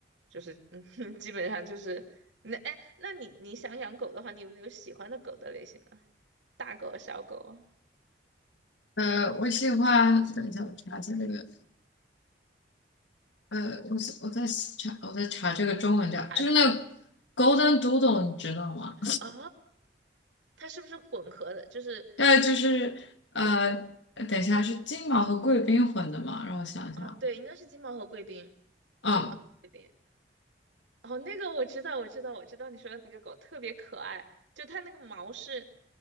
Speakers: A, on the right (about 85°); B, on the left (about 80°).
A: 就是嗯，<laughs> 基本上就是那哎，那你你想养狗的话，你有没有喜欢的狗的类型呢？大狗啊小狗啊，
B: 呃，我喜欢，等一下我查一下这个，呃，我是我在查我在查这个中文叫，
A: 它那个
B: 就是那个 Golden Doodle，你知道吗？
A: 哦，它是不是混合的？就是
B: <laughs> 对，就是呃，等一下是金毛和贵宾混的嘛，让我想想，
A: 啊，对，应该是金毛和贵宾，
B: 嗯，
A: 金毛和贵宾。哦，那个我知道，我知道，我知道你说的那个狗特别可爱，就它那个毛是